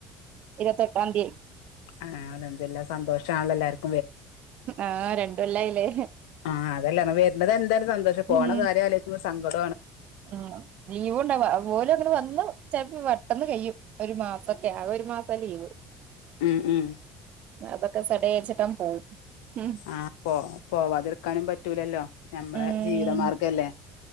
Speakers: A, on the right; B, on the left.
A: ഇരുവതെട്ടാംതി
B: ആ അല്ലന്തുല്ല സന്തോഷാണല്ല ല്ലാവർക്കും.
A: ആഹ് രണ്ടൊല്ലായിലേ
B: ആഹ് അതല്ല വരുന്നത് എന്താലും സന്തോഷം പോണകാര്യം
A: ഉം
B: അലോയ്ക്കുമ്പോ സങ്കടോം
A: ഉം ലീവ് ണ്ടാവ ഓലും അങ്ങനെ വന്ന് ചിലപ്പോ പെട്ടെന്ന് കയ്യും ഒരു മാസൊക്കെ. ഒരു മാസ ലീവ്
B: ഉം ഉം
A: അതൊക്കെ സഡേച്ചിട്ടങ് പോവും ഉം
B: ആഹ് പോ പോവാതിർക്കാനും പറ്റൂലല്ലോ നഞമ്മളെ
A: ഉം
B: ജീവിതമാർഗല്ലേ?